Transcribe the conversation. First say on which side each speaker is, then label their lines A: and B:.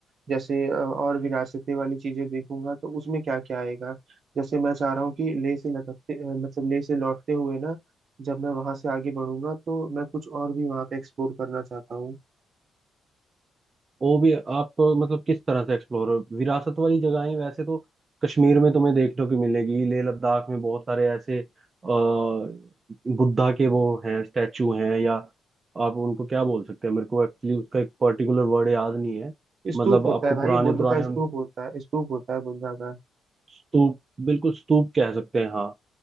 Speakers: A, on the right (about 50°); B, on the right (about 35°).
A: जैसे अ, और विरासतें वाली चीजें देखूंगा तो उसमें क्या क्या आएगा जैसे मैं चाह रहा हूँ कि लेह से लटकते अ, मतलब लेह से लौटते हुए ना जब मैं वहां से आगे बढ़ूंगा तो मैं कुछ और भी वहां पे एक्सप्लोर करना चाहता हूँ
B: वो भी आप मतलब किस तरह से एक्सप्लोर विरासत वाली जगहें वैसे तो कश्मीर में तुम्हें देखने को मिलेगी लेह लद्दाख में बहुत सारे ऐसे अ बुद्धा के वो हैं स्टैचू हैं या आप उनको क्या बोल सकते हैं मेरे को एक्चुअली उसका एक पर्टिकुलर वर्ड याद नहीं है
A: स्तूप
B: मतलब
A: होता
B: आपको
A: है भाई
B: पुराने
A: बुद्ध
B: पुराने
A: का स्तूप
B: उन-
A: होता है स्तूप होता है बुद्धा का
B: स्तूप बिल्कुल स्तूप कह सकते हैं हाँ